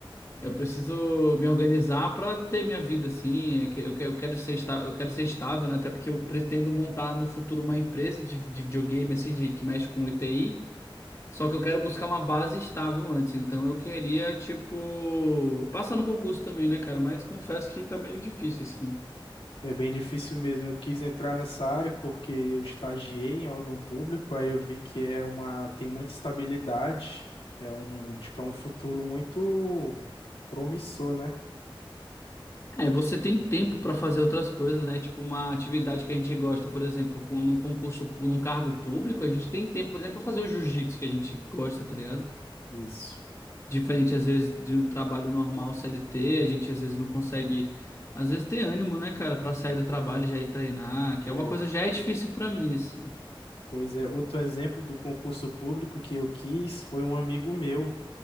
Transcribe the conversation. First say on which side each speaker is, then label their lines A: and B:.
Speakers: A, on the left; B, on the left.
A: eu preciso me organizar pra ter minha vida, assim. é que Eu, que- eu quero ser estável, eu quero ser estável, né? Até porque eu pretendo montar no futuro uma empresa de, de videogame, assim, de, que mexe com ITI. Só que eu quero buscar uma base estável antes. Então eu queria, tipo, passar no concurso também, né, cara? Mas confesso que tá meio difícil, assim.
B: É bem difícil mesmo. Eu quis entrar nessa área porque eu estagiei em órgão público, aí eu vi que é uma, tem muita estabilidade, é um, tipo, é um futuro muito promissor, né?
A: É, você tem tempo para fazer outras coisas, né? Tipo uma atividade que a gente gosta, por exemplo, com, num concurso, pu- num cargo público, a gente tem tempo, por exemplo, para fazer o jiu-jitsu que a gente gosta, tá ligado?
B: Isso.
A: Diferente, às vezes, de um trabalho normal CLT, a gente às vezes não consegue, às vezes, ter ânimo, né, cara, para sair do trabalho e já ir treinar, que
B: É,
A: é uma coisa que já é difícil para mim, assim.
B: pois é, outro exemplo do concurso público que eu quis foi um amigo meu.